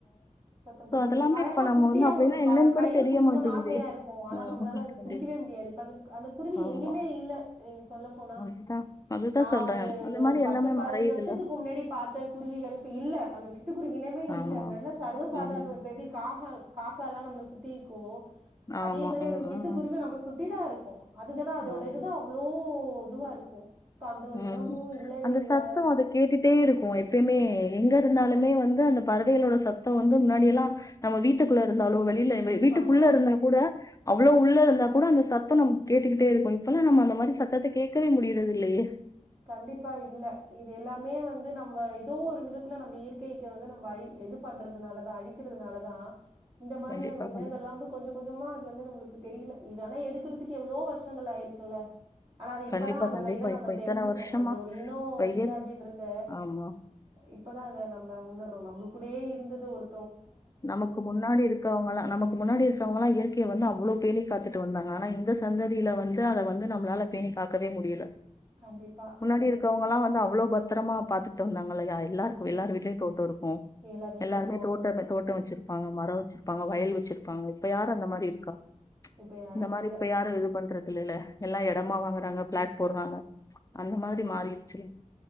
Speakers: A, on the right; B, on the left.
A: சத்தம் போட்டிட்டே
B: சோ அதெல்லாமே
A: இருக்கு அழகா
B: இப்ப நம்ம
A: குட்டியா
B: வந்து அப்டின்னா
A: ஊரு இருக்கும்
B: என்னன்னு
A: அதை
B: கூட
A: கையில
B: தெரிய
A: புடிக்கணும்னு
B: மாட்டேங்குதே
A: ஆசையா இருக்கும் ஆனா
B: ம்
A: நம்மளால அது
B: கண்டி
A: புடிக்கவே முடியாது இப்ப அந்த அந்த குருவி
B: ஆமா
A: எங்கயுமே இல்ல நீங்க சொல்ல போனா
B: அதுதா அதுதா
A: நான்
B: சொல்றே
A: ஒரு
B: அந்த
A: ஒரு
B: மாரி
A: பத்து
B: எல்லாமே
A: பதினஞ்சு
B: மறையுதுல
A: வருஷத்துக்கு முன்னாடி பார்த்த குருவிகள் இல்ல அந்த சிக்கி குடுங்க இனமே
B: ஆமா
A: இல்லை சர்வசாதாரணப்ப
B: ம்
A: காக காக்க அக்காம் நம்மளை சுத்தி இருக்கோம் அதே
B: ஆமா
A: மாதிரி
B: ம்
A: அந்த சிட்டுக்குருவி
B: ம்
A: நம்மளை சுத்தி த இருக்க அதுங்கதான் அதோட
B: ஆமா
A: இதுதான் அவ்வளோ பொதுவா இருக்கும் இப்ப அந்த ஒரு
B: ம்.
A: இனமும் இல்லவே
B: அந்த
A: இல்ல
B: சத்தம் அது கேட்டுட்டே இருக்கும் எப்பயுமே எங்க இருந்தாலுமே வந்து அந்த பறவைகளோட சத்தம் வந்து முன்னாடியெல்லாம் நம்ம வீட்டுக்குள்ள இருந்தாலோ வெளியில வீட்டுக்குள்ள
A: ஆமா.
B: இருந்தா கூட அவ்வளவு உள்ள இருந்தா கூட அந்த சத்தம் நம்ம கேட்டுக்கிட்டே இருக்கும் ல்ல நம அந்த
A: ம்.
B: மாதி சத்தத்துக்கு க்கவே முடியிறது இல்லையே
A: கண்டிப்பா இல்ல. இது எல்லாமே வந்து நம்ப எதோ ஒரு விதத்துல நம்ம இயற்கைக்கு வந்து நம்ப அழி இது பண்றதுனாலதா அழிக்கிறதுனாலதா இந்த மாதிரியான
B: கண்டிப்பா,
A: இனங்கெல்லா
B: கண்டிப்பா.
A: வந்து கொஞ்ச கொஞ்சமா வந்து நம்மளுக்கு தெரியல. இது ஆனா எடுக்கறதுக்கு எவ்ளோ வருஷங்கள் ஆயிருக்கில்ல ஆனா அது இப்பதா
B: கண்டிப்பா,
A: அதோட
B: கண்டிப்பா.
A: இத நம்ப
B: இப்ப இத்தன
A: தெரிஞ்சுக்குறோ
B: வருஷமா
A: அந்த ஒரு இனோ
B: இப்ப இயற்
A: இல்ல அப்டின்றத
B: ஆமா.
A: இப்பதா அத ந ம்ப உணர்றோ நம்முள் கூடயே இருந்தது ஒரு
B: நமக்கு முன்னாடி இருக்கவங்கல்லா நமக்கு முன்னாடி இருக்கவங்கல்லா இயற்கைய வந்து அவ்ளோ பேணி காத்துட்டு வந்தாங்க. ஆனா இந்த சந்ததியில வந்து அத வந்து நம்மளால பேணி காக்கவே முடியல.
A: கண்டிப்பா
B: முன்னாடி
A: அதுக்கு
B: இருக்கவங்கல்லா வந்து அவ்ளோ பத்தரமா பாத்துட்டு வந்தாங்க இல்லையா எல்லாருக்கு
A: ம்.
B: எல்லாரு வீட்லயு தோட்டோ இருக்கு
A: எல்லார் வீட்லயும்
B: எல்லாருமே
A: தோட்டம்
B: தோட்டத்த
A: இருக்கும்.
B: தோட் வெச்சிருப்பாங்க மரோ வச்சிருப்பாங்க வயல் வச்சிருப்பாங்க இப்ப யாரு அந்த மாரி இருக்கா?
A: இப்ப யாரும்
B: இந்த மாரி
A: இல்ல.
B: இப்ப யாரு இது பண்றது இல்லைல்ல எல்லா எடமா வாங்கறாங்க பிளாட் போடறாங்க அந்த மாதிரி மாறிருச்சு